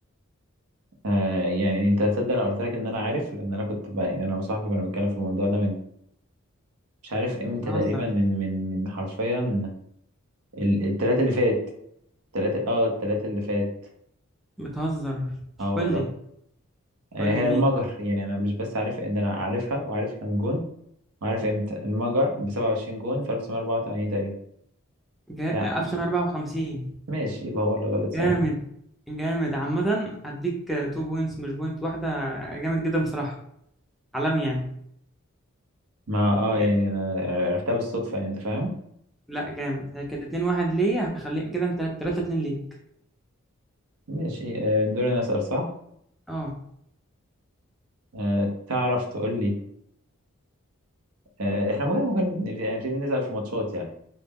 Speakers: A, on the right; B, in the centre.
A: آه يعني انت هتصدق لو قلت لك ان انا عارف لان انا كنت بقى يعني انا وصاحبي كنا بنتكلم في الموضوع ده من مش عارف امتى
B: بتهزر
A: تقريبا من من من حرفيا ال- التلاتة اللي فات التلاتة اه التلاتة اللي فات
B: بتهزر
A: اه
B: قول
A: والله
B: لي
A: آه،
B: قول لي
A: هي
B: مين؟
A: المجر يعني انا مش بس عارف ان انا عارفها وعارف كام جون وعارف امتى المجر ب 27 جون في 1984 تقريبا
B: جا...
A: لا
B: 1954
A: ماشي يبقى هو اللي غلط ساعتها
B: جامد جامد عامة هديك تو بوينتس مش بوينت واحدة جامد جدا بصراحة عالمي يعني
A: ما اه
B: إيه،
A: يعني انا عرفتها بالصدفة يعني انت فاهم
B: لا جامد هي كانت اتنين واحد ليا هخليها كده انت تلاتة اتنين ليك
A: ماشي آه، دور انا اسأل صح
B: اه
A: آه، تعرف تقول لي آه، احنا ممكن ممكن نبت- يعني نبتدي نسأل في ماتشات يعني